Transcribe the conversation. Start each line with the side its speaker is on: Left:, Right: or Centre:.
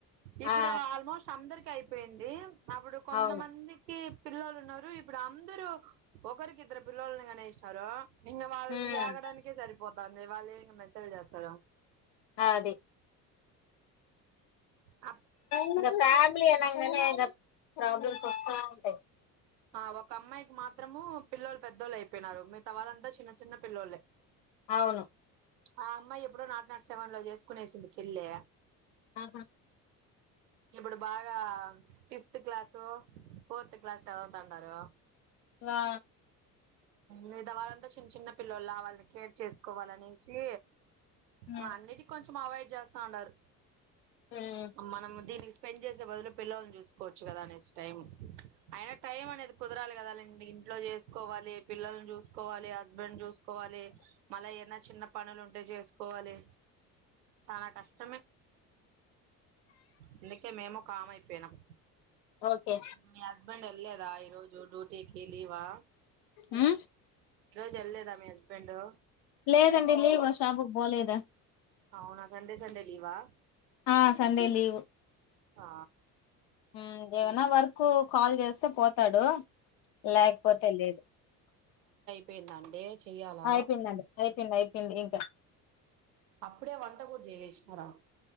Right: ఇప్పుడు
Left: ఆ
Right: ఆల్మోస్ట్ అందరికి కి అయిపోయింది అప్పుడు కొంతమందికి
Left: అవును
Right: పిల్లలు ఉన్నారు ఇప్పుడు అందరూ ఒకరికి ఇద్దరు పిల్లోలని కనేసినారు ఇక వాళ్ళుని
Left: ఉమ్
Right: యాగడానికే సరిపోతాంది వే <unintelligible> త
Left: అ అది
Right: ఆ
Left: ఇక ఫ్యామిలీ అనగానే ఇక ప్రాబ్లమ్స్ వస్తూనే ఉంటాయ్
Right: ఆ ఒక అమ్మాయికి మాత్రము పిల్లలు పెద్దోళ్ళు అయిపోయినారు మీగతా వాళ్ళంతా చిన్న చిన్న పిల్లొల్లే
Left: అవును
Right: ఆ అమ్మాయి ఎప్పుడో నాట్ నాట్ సెవెన్ లో చేసుకునేసింది పెళ్ళి
Left: ఆహా
Right: ఇప్పుడు బాగా ఫిఫ్త్ క్లాసో ఫోర్త్ క్లాస్ సదువుతుండరు
Left: వా
Right: లేదా వాళ్ళంతా చిన్న చిన్న పిల్లోల వాళ్ళని కేర్ చేసుకోవాలనేసి
Left: ఉమ్
Right: వానిటి కొంచ్ మావయ్ చేస్తా ఉండడు
Left: ఉమ్,
Right: అమ్మానమ్ దీనికి స్పెండ్ చేసే బదులో పిల్లోలను చూసుకోవచ్చు కదా అనేస్ టైం అయినా టైం అనేది కుదరాలి కదా ఇంట్లో చేసుకోవాలి పిల్లని చూసుకోవాలి హస్బెండ్ చూసుకోవాలి మళ్ళ ఎన్నో చిన్న పనులు ఉంటాయ్ చేసుకోవాలి చానా కష్టమే అందుకే మేము కామ్ అయిపోయినం
Left: ఓకే
Right: మీ హస్బెండ్ వెళ్లేదా ఈరోజు డ్యూటీకి లీవా
Left: ఉమ్,
Right: ఈరోజు వెళ్లేదా మీ హస్బెం పెండో
Left: లేదండి లీవ షాపుక్ పోలేద
Right: అవునా సండే సండే లీవా
Left: ఆ సండే లీవ్
Right: ఆ
Left: హుమ్ ఏమైనా వర్కు కాల్ చేస్తే పోతాడు లేకపోతే లేదు
Right: పెయింద అండి చెయ్యాలా
Left: అయిపోయిందండి అయిపోయింది అయిపోయింది ఇంక
Right: అప్పుడే వంట కూడా చేసేసినారా